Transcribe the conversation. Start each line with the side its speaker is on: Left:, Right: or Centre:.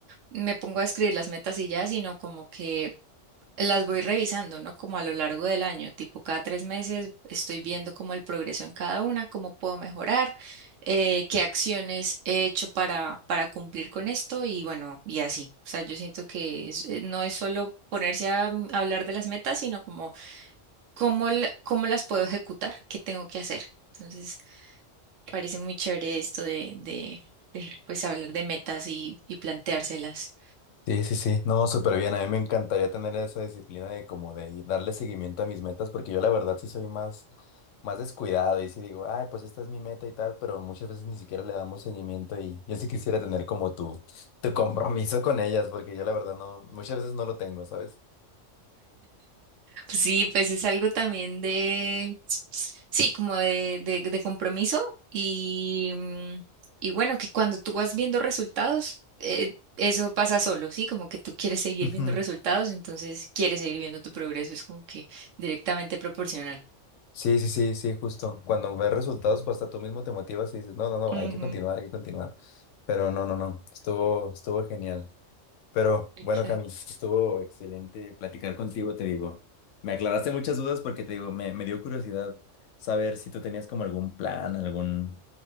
Right: me pongo a escribir las metas y ya, sino como que Las voy revisando, ¿no? Como a lo largo del año, tipo cada tres meses estoy viendo como el progreso en cada una, cómo puedo mejorar, eh, qué acciones he hecho para, para cumplir con esto y bueno, y así. O sea, yo siento que es- eh, no es solo ponerse a, mm, hablar de las metas, sino como cómo, la- cómo las puedo ejecutar, qué tengo que hacer. Entonces, parece muy chévere esto de, de, de, pues hablar de metas y, y planteárselas.
Left: Sí, sí, sí. No, súper bien. A mí me encantaría tener esa disciplina de como de y darle seguimiento a mis metas, porque yo la verdad sí soy más, más descuidado y sí digo, ay, pues esta es mi meta y tal, pero muchas veces ni siquiera le damos seguimiento y yo sí quisiera tener como tu, tu compromiso con ellas, porque yo la verdad no, muchas veces no lo tengo, ¿sabes?
Right: Sí, pues es algo también de, sí, como de, de, de compromiso y, mm, y bueno, que cuando tú vas viendo resultados, eh, eso pasa solo, ¿sí? Como que tú quieres seguir
Left: Ujú.
Right: viendo resultados, entonces quieres seguir viendo tu progreso, es como que directamente proporcional.
Left: Sí, sí, sí, sí, justo. Cuando ves resultados, pues hasta tú mismo te motivas y dices, no, no, no,
Right: Ujú,
Left: hay que continuar, hay que continuar. Pero no, no, no, estuvo, estuvo genial. Pero
Right: exacto.
Left: bueno, Cami, estuvo excelente platicar contigo, te digo. Me aclaraste muchas dudas porque te digo, me, me dio curiosidad saber si tú tenías como algún plan, algún,